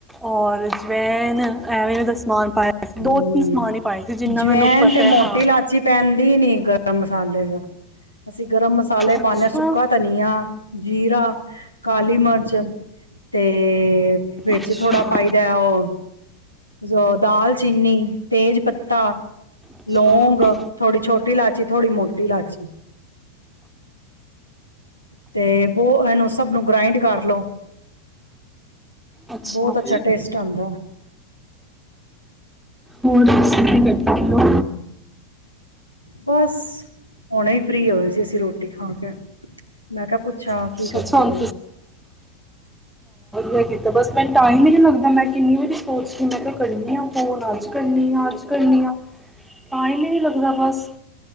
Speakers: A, in the centre; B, on the left.
A: ਔਰ ਜਵੇੈਨ ਐਵੇਂ ਐਂ ਦਾ ਸਮਾਨ ਪਾਇਆ ਸੀ
B: ਹੂੰ,
A: ਦੋ ਤਿੰਨ ਸਮਾਨ ਹੀ ਪਾਏ ਸੀ ਜਿੰਨਾ
B: ਜਵੈਨ
A: ਮੈਨੂੰ ਪਤਾ
B: ਤੇ ਮੋਟੀ
A: ਹੈ ਹਾਂ
B: ਲਾਚੀ ਪੈਂਨਦੀ ਨਹੀਂ। ਗਰਮ ਮਸਾਲੇ ਦਾ ਅਸੀਂ ਗਰਮ ਮਸਾਲੇ
A: ਅੱਛਾ
B: ਪਾਉਂਦੇ ਹਾਂ ਸੁੱਕਾ ਧਨੀਆ ਜੀਰਾ ਕਾਲੀ ਮਰਚ ਤੇ ਤੇ ਵਿੱਚ
A: ਅੱਛਾ
B: ਥੋੜਾ ਪਾਈਦਾ ਉਹ ਜੋ ਦਾਲ ਚੀਨੀ, ਤੇਜ ਪੱਤਾ,
A: ਅੱਛਾ
B: ਲੌਂਗ, ਥੋੜੀ ਛੋਟੀ ਇਲਾਇਚੀ, ਥੋੜ੍ਹੀ ਮੋਟੀ ਇਲਾਇਚੀ ਤੇ ਬਹੁ ਇਹਨੂੰ ਸਭ ਨੂੰ ਗ੍ਰਾਇੰਡ ਕਰ ਲੋ
A: ਅੱਛਾ
B: ਬਹੁਤ
A: <unintelligible>
B: ਟੇਸਟ ਆਉਂਦਾ
A: ਹੋਰ ਤੁਸੀ ਕਰਦੇ ਹੋ। <inaudible>
B: ਬਸ ਹੁਣੇ ਹੀ ਫ੍ਰੀ ਹੋਏ ਸੀ ਅਸੀ ਰੋਟੀ ਖਾ ਕੇ ਮੈਂ ਕਿਹਾ ਪੁੱਛਾਂ
A: ਅੱਛਾ
B: ਕੀ ਕਰਦੇ
A: ਅੱਛਾ ਹੁਣ
B: ਓ।
A: ਇਆ ਕੀਤਾ ਬਸ ਮੈਂ ਟਾਈਮ ਹੀ ਨੀ ਲੱਗਦਾ ਮੈਂ ਕਿੰਨੀ ਵਾਰੀ ਸੋਚਦੀ ਮੈਂ ਕਿਹਾ ਕ ਕਰਨੀ ਹਾਂ ਫੋਨ ਅੱਜ ਕਰਨੀ ਆਂ ਅੱਜ ਕਰਨੀ ਆਂ ਟਾਈਮ ਹੀ ਨੀ ਲੱਗਦਾ ਬਸ